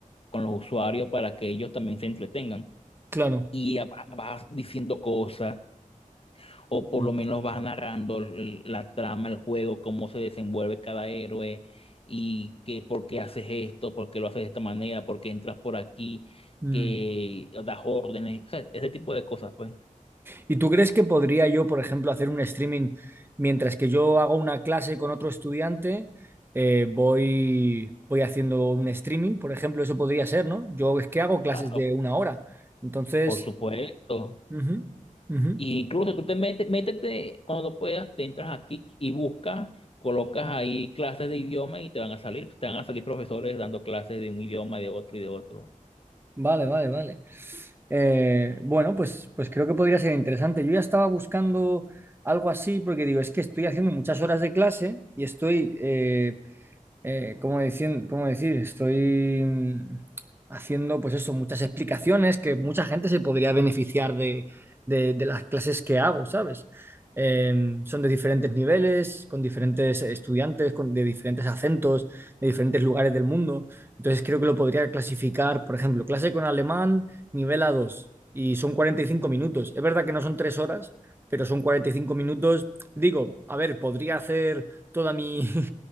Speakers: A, on the left; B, on the right.
A: con los usuarios para que ellos también se entretengan.
B: Claro.
A: Y a- vas diciendo cosas, o por
B: Mm.
A: lo menos vas narrando el- la trama, el juego, cómo se desenvuelve cada héroe, y que por qué haces esto, por qué lo haces de esta manera, por qué entras por aquí,
B: Mm.
A: que das órdenes, o sea, ese tipo de cosas, pues.
B: ¿Y tú crees que podría yo, por ejemplo, hacer un streaming mientras que yo hago una clase con otro estudiante? eh, voy, voy haciendo un streaming, por ejemplo, eso podría ser, ¿no? Yo es que hago clases
A: Claro,
B: de una hora. Entonces,
A: Por supuesto.
B: ujú, ujú.
A: Y incluso tú te metes, métete cuando puedas, te entras aquí y buscas, colocas ahí clases de idioma y te van a salir, te van a salir profesores dando clases de un idioma, de otro y de otro.
B: Vale, vale, vale. Eh, bueno, pues, pues creo que podría ser interesante. Yo ya estaba buscando algo así porque digo, es que estoy haciendo muchas horas de clase y estoy eh, eh, ¿cómo decir, cómo decir? Estoy mm, haciendo, pues eso, muchas explicaciones que mucha gente se podría beneficiar de, de- de las clases que hago, ¿sabes? Eh, son de diferentes niveles, con diferentes estudiantes, con, de diferentes acentos, de diferentes lugares del mundo. Entonces creo que lo podría clasificar, por ejemplo, clase con alemán, nivel a dos y son 45 minutos. Es verdad que no son tres horas, pero son 45 minutos. Digo, a ver, podría hacer toda mi... <laughs>